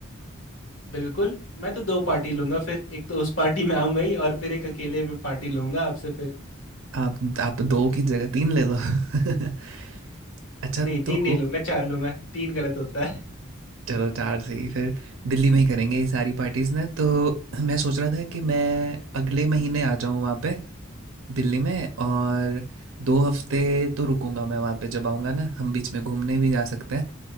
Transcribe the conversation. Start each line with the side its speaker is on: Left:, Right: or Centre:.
Left: बिल्कुल मैं तो दो पार्टी लूंगा फिर एक तो उस पार्टी में आऊंगा ही और फिर एक अकेले में पार्टी लूंगा आपसे फिर
Right: आप आप दो की जगह तीन ले लो <laughs> अच्छा
Left: नहीं तीन
Right: तो
Left: नहीं लूंगा चार लूंगा तीन गलत होता है
Right: चलो चार से ही फिर दिल्ली में ही करेंगे ये सारी पार्टीज ना तो मैं सोच रहा था कि मैं अगले महीने आ जाऊँ वहाँ पे दिल्ली में और दो हफ्ते तो रुकूंगा मैं वहाँ पे जब आऊँगा ना हम बीच में घूमने भी जा सकते हैं